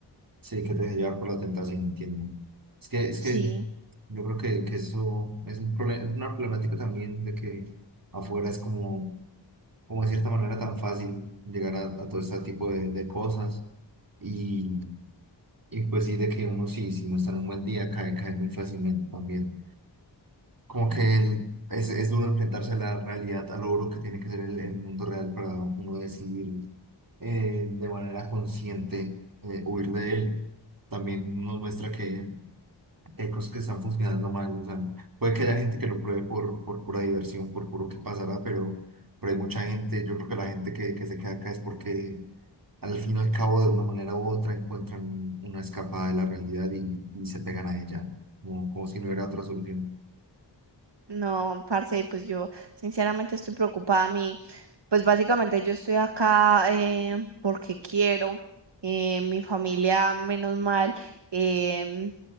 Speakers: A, on the right; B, on the right.
A: Sí, que te deje llevar por la tentación, entiendo. Es que, es
B: Sí,
A: que yo creo que, que eso es un problema es una problemática también de que afuera es como, como de cierta manera tan fácil llegar a, a todo este tipo de, de cosas. Y, y pues sí, de que uno sí, si no está en un buen día, cae, cae muy fácilmente también. Como que el- es, es duro enfrentarse a la realidad, al logro que tiene que ser el, el mundo real para uno decidir eh, de manera consciente eh, huir de él también nos muestra que, hay cosas que están funcionando mal, o sea, puede que haya gente que lo pruebe por, por pura diversión, por puro que pasará, pero, pero hay mucha gente, yo creo que la gente que, que se queda acá es porque al fin y al cabo, de una manera u otra, encuentran una escapada de la realidad y, y se pegan a ella, como, como si no hubiera otra solución.
B: no, parce, pues yo sinceramente estoy preocupada. a mí. Pues básicamente yo estoy acá eh, porque quiero. eh, mi familia, menos mal, em,